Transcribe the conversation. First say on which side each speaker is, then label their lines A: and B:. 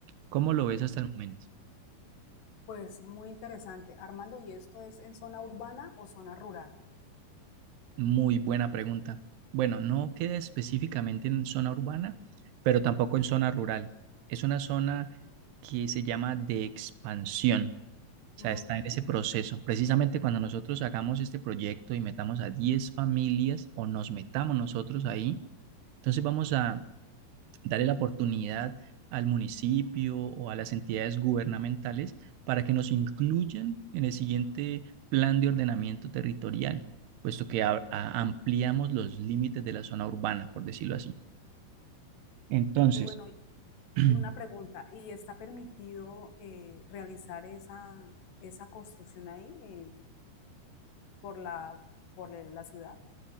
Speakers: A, on the right; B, on the left.
A: ¿Cómo lo ves hasta el momento?
B: Pues muy interesante. Armando, ¿y esto es en zona urbana o zona rural?
A: Muy buena pregunta. Bueno, no queda específicamente en zona urbana, pero tampoco en zona rural. Es una zona que se llama de expansión. O
B: Ujú,
A: sea, está en ese proceso. Precisamente cuando nosotros hagamos este proyecto y metamos a 10 familias o nos metamos nosotros ahí, entonces vamos a darle la oportunidad al municipio o a las entidades gubernamentales para que nos incluyan en el siguiente plan de ordenamiento territorial, puesto que a- a- ampliamos los límites de la zona urbana, por decirlo así. Entonces,
B: Qué bueno. Y, eh,
A: <clears throat>
B: Una pregunta, ¿y está permitido eh, realizar esa, esa construcción ahí eh, por la, por la la ciudad?